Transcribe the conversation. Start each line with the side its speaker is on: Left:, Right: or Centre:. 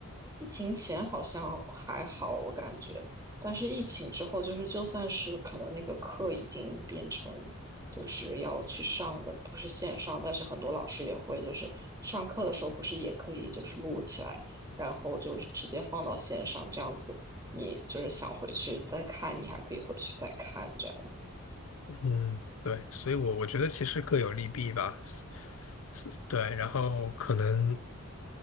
Right: 疫情前好像还好，我感觉，但是疫情之后，就是就算是可能那个课已经变成就是要去上的，不是线上，但是很多老师也会就是上课的时候不是也可以就是录起来，然后就是直接放到线上，这样子你就是想回去再看，你还可以回去再看，这样
Left: 嗯，对，所以我我觉得其实各有利弊吧。是对，然后可能